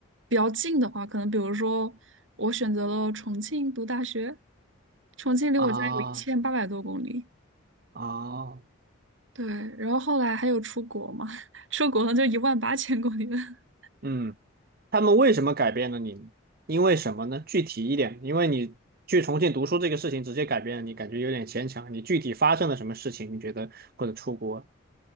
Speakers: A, on the right (about 65°); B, on the right (about 45°).
A: 比较近的话，可能比如说我选择了重庆读大学，重庆离我家有一千八百多公里，
B: 啊啊，
A: 对，然后后来还有出国嘛，<laughs> 出国了就一万八千公里了。<laughs>
B: 嗯。他们为什么改变了你呢因为什么呢？具体一点，因为你去重庆读书这个事情直接改变了你，感觉有点牵强。你具体发生了什么事情？你觉得或者出国，